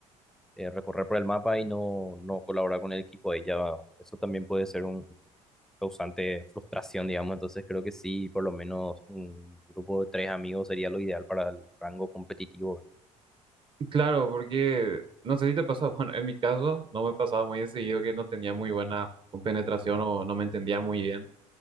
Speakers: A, in the centre; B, on the right (about 30°).
A: eh, recorrer por el mapa y no, no colaborar con el equipo ahí ya, eso también puede ser un causante de frustración, digamos. Entonces creo que sí, por lo menos un grupo de tres amigos sería lo ideal para el rango competitivo.
B: Claro, porque no sé si te pasa, <laughs> bueno, en mi caso no me pasaba muy de seguido que no tenía muy buena compenetración o no me entendía muy bien